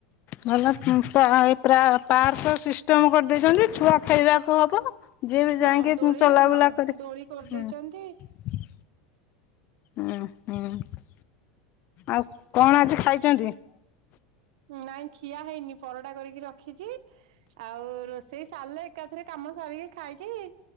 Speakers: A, on the left; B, on the right.
A: ଭଲ ପାଇ ପ୍ରାୟ ପାର୍କ ର ସିଷ୍ଟମ କରିଦେଇଛନ୍ତି ଛୁଆ ଖେଳିବାକୁ ହବ। ଯିଏ ବି
B: ହୁଁ
A: ଯାଇକି
B: ଦୋଳି
A: ଚଲାବୁଲା
B: ହଁ
A: କରି
B: ଦୋଳି କରିଦେଇଛନ୍ତି
A: ହୁଁ। ଉଁ ହୁଁ ହୁଁ। ଆଉ କଣ ଆଜି ଖାଇଛନ୍ତି।
B: ନାଇଁ ଖିଆ ହେଇନି ପରଟା କରିକି ରଖିଛି ଆଉ ରୋଷେଇ ସାରିଲେ ଏକାଥରେ କାମ ସାରିକି ଖାଇକି